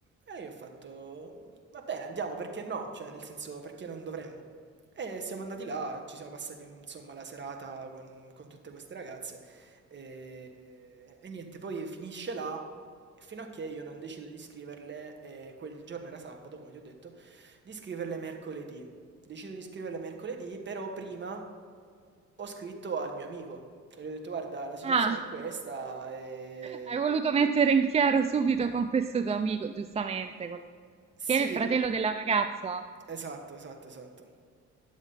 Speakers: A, on the right (about 35°); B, on the right (about 20°).
A: E io ho fatto: "Va bene, andiamo, perché no? Cioè, nel senso, perché non dovremmo?" E siamo andati là, ci siamo passati un- insomma la serata con, con tutte queste ragazze e, e niente, poi finisce là fino a che io non decido di scriverle, eh, quel giorno era sabato come ti ho detto, di scriverle mercoledì. Decido di scriverle mercoledì, però prima ho scritto al mio amico e gli ho detto guarda la situazione
B: Ah.
A: è questa e...
B: Hai voluto mettere in chiaro subito con questo tuo amico, giustamente, col-
A: Sì,
B: che è il fratello della ragazza.
A: esatto, esatto, esatto.